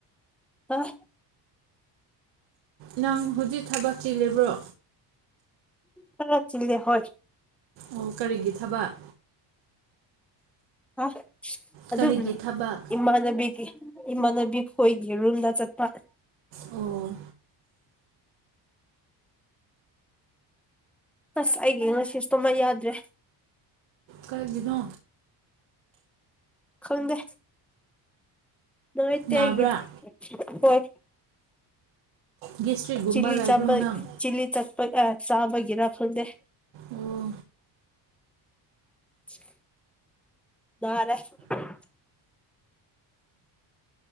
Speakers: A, in the centre; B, on the right.
A: ꯑꯐ
B: ꯅꯪ ꯍꯧꯖꯤꯛ ꯊꯕꯛ ꯆꯤꯜꯂꯤꯕ꯭ꯔꯣ
A: ꯐꯔꯗꯦ ꯍꯣꯏ
B: ꯑꯣ ꯀꯔꯤꯒꯤ ꯊꯕꯛ
A: ꯑ ꯑꯗꯨꯗ
B: ꯀꯔꯤꯒꯤ ꯊꯕꯛ
A: ꯏꯃꯅꯕꯒꯤ ꯏꯃꯥꯅꯕꯤ ꯍꯣꯏꯒꯤ ꯔꯨꯝꯝꯗ ꯆꯠꯄ
B: ꯑꯣ
A: ꯑꯁ ꯑꯩꯒꯤ ꯉꯁꯤꯁꯨꯇ ꯃ ꯌꯥꯗ꯭ꯔꯦ
B: ꯀꯒꯤꯅꯣ
A: ꯈꯪꯗꯦ ꯅꯥꯏ ꯇ
B: ꯅꯥꯕ꯭ꯔꯥ
A: ꯍꯥꯏꯒꯤ ꯍꯣꯏ <inaudible>
B: ꯒꯦꯁꯇ꯭ꯔꯤꯛꯒꯨꯝꯕ
A: ꯆꯤꯂꯤ
B: ꯂꯩꯕ꯭ꯔꯣ
A: ꯆꯕ
B: ꯅꯪ
A: ꯆꯤ ꯆꯄ ꯑ ꯆꯕꯒꯤ ꯒꯤꯔ ꯐꯨꯜꯗꯦ
B: ꯑꯣ
A: ꯔꯦ